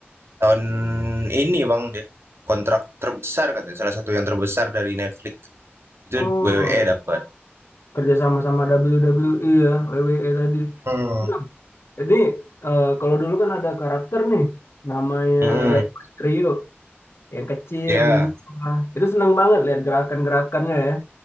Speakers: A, on the right; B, on the left.
A: tahun ini, Bang, dia kontrak terbesar katanya, salah satu yang terbesar dari Netflix. Itu
B: Oh,
A: weweké dapat,
B: kerja sama sama WWE ya, WWE tadi.
A: Hmm.
B: Nah, Jadi eh, kalau dulu kan ada karakter nih namanya
A: Mhm,
B: Rey Mysterio yang kecil,
A: iya,
B: lincah. Itu seneng banget lihat gerakan-gerakannya ya.